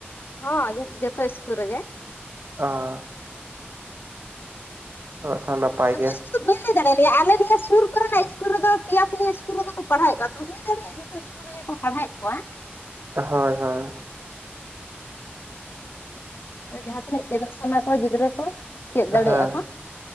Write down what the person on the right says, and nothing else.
ᱚᱸ᱾ ᱚ, ᱛᱟ ᱱᱟᱯᱟᱭ
ᱜᱮᱭᱟ᱾
ᱦᱳᱭ ᱦᱳᱭ᱾
ᱦᱮᱸ